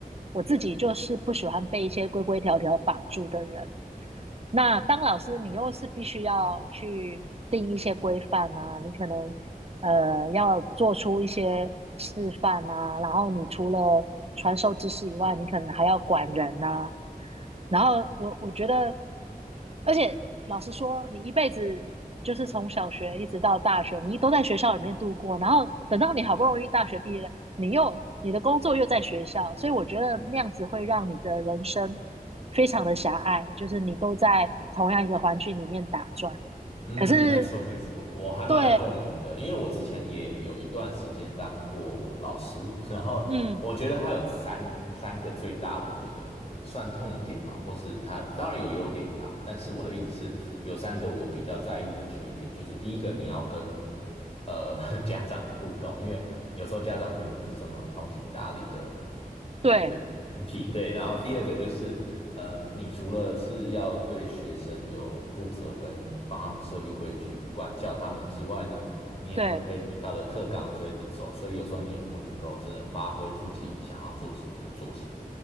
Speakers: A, on the right; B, on the left.
A: 我自己就是不喜欢被一些规规条条绑住的人，那当老师，你又是必须要去定一些规范啊，你可能呃要做出一些示范啊，然后你除了传授知识以外，你可能还要管人呐、然后我我觉得，而且老实说，你一辈子就是从小学一直到大学，你都在学校里面度过，然后等到你好不容易大学毕业了，你又你的工作又在学校，所以我觉得那样子会让你的人生。非常的狭隘，就是你都在同样一个环境里面打转。
B: 嗯，
A: 可是，
B: 没错没错，我还蛮有共鸣的，
A: 对，
B: 因为我之前也有一段时间当过老师，<laughs> 然后我觉得他有三三个最大，
A: 嗯，
B: 我觉得的算痛点嘛，或是他当然有优点啦，但是我的意思是有三个我比较在意的缺点，就是第一个你要跟呃 <laughs> 家长互动，因为有时候家长并不是这么通情达理的
A: 对，
B: 的一个群体，对。然后第二个就是，嗯，你除了是要对学生有负责跟帮他们设立规矩、管教他们之外呢，你也会被学校的课纲追着走，
A: 对，
B: 所以有时候你也不能够真的发挥自己想要做什么就做什么。